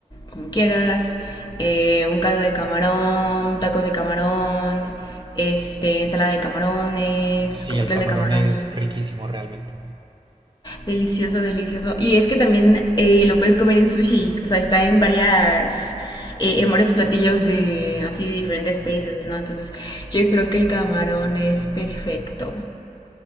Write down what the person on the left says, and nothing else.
como quieras. eh, un caldo de camarón, tacos de camarón, este, ensalada de camarones,
coquetel
de camarón.
Delicioso, delicioso. Y es que también eh, lo puedes comer en sushi. O sea, está en varias, eh, en varios platillos de así de diferentes países, ¿no? Entonces, yo creo que el camarón es perfecto.